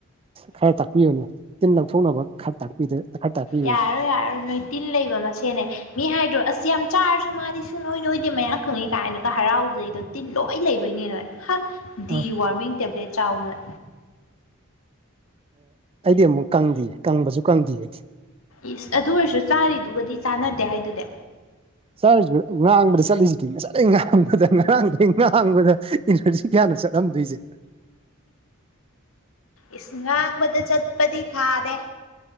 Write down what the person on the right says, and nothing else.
ꯈꯔ ꯇꯥꯛꯄꯤꯌꯨꯅꯦ ꯇꯤꯟ ꯂꯧꯊꯣꯛꯅꯕ ꯈꯔ ꯇꯥꯛꯄꯤꯗ ꯈꯔ ꯇꯥꯛꯄꯤꯌꯨꯅꯦ
ꯑ
ꯑꯩꯗꯤ ꯑꯃꯨꯛ ꯀꯪꯗꯤꯌꯦ ꯀꯪꯕꯁꯨ ꯀꯪꯗꯤꯌꯦ ꯑꯩꯗꯤ
ꯆꯥꯔꯤꯁꯤ ꯉꯥꯡꯕꯗ ꯆꯠꯂꯤꯁꯤꯗꯤ ꯉꯁꯥꯢꯗꯩ ꯉꯥꯡꯕꯗ ꯉꯥꯡꯗꯩ ꯉꯥꯡꯕꯗ <unintelligible> ꯀꯌꯥꯅꯣ ꯆꯠꯂꯝꯗꯣꯏꯁꯦ